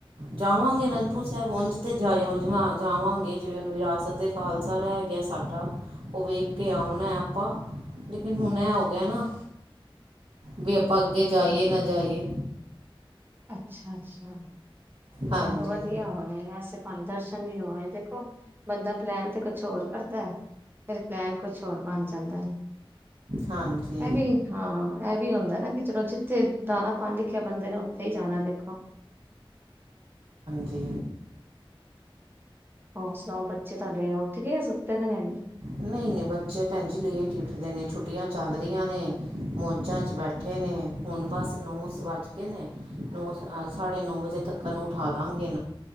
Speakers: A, on the right; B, on the right.
A: ਜਾਵਾਂਗੇ ਅਨੰਦਪੁਰ ਸਾਹਿਬ ਉਝ ਤੇ ਜਾ ਜਾਵਾਂਗੇ, ਜਿਵੇਂ ਉਹਨੂੰ ਵਿਰਾਸਤ ਖਾਲਸਾ ਰਹਿ ਗਿਆ ਸਾਡਾ ਉਹ ਵੇਖ ਕੇ ਆਉਣਾ ਆਪਾਂ, ਲੇਕਿਨ ਹੁਣ ਐ ਹੋ ਗਿਆ ਨਾ ਵੀ ਆਪਾਂ ਅੱਗੇ ਜਾਈਏ ਨਾ ਜਾਈਏ
B: ਅੱਛਾ -ਅੱਛਾ,
A: ਹਾਂਜੀ
B: ਚਲੋ ਵਧੀਆ ਹੋਵੇ ਸ ਦਰਸ਼ਨ ਵੀ ਹੋਵੇ ਦੇਖੋ ਬੰਦਾ ਪਲੈਣ ਤੇ ਕੁਛ ਹੋਰ ਕਰਦਾ ਹੈ ਫ ਪਲੈਨ ਕੁਛ ਹੋਰ ਬਣ ਜਾਂਦਾ ਐ।
A: ਹਾਂਜੀ
B: ਇਹ ਵੀ ਹਾਂ ਇਹ ਵੀ ਹੁੰਦਾ ਹੁੰਦਾ ਨਾ ਕਿ ਚਲੋ ਜਿੱਥੇ ਦਾਣਾ -ਪਾਣੀ ਲਿਖਿਆ ਬੰਦੇ ਨੇ ਉੱਥੇ ਹੀ ਜਾਣਾ ਦੇਖੋ।
A: ਜੀ
B: ਹੋਰ ਸੁਣਾਓ ਬੱਚੇ ਤੁਹਾਡੇ ਉੱਥੇ ਗਏ, ਸੁੱਤੇ ਤੇ ਨੇਲੇ
A: ਨਹੀ -ਨਹੀਂ, ਬੱਚੇ ਭੈਣ ਜ ਲੇਟ ਹੀ ਉੱਠਦੇ ਨੇ ਛੁੱਟੀਆਂ ਚੱਲਦੀਹੀਆਂ ਨੇ ਮੌਜਾਂ ਚ ਬੈਠੇ ਨੇ ਨੇ ਹੁਣ ਬਸ ਨੌ ਵੱਜ ਕੇ ਨੇ ਨੌ ਸਾਢੇ ਨੌ ਵਜੇ ਤੱਕ ਨੂੰ ਉਠਾ ਦਾਂਗੇ ਇਹ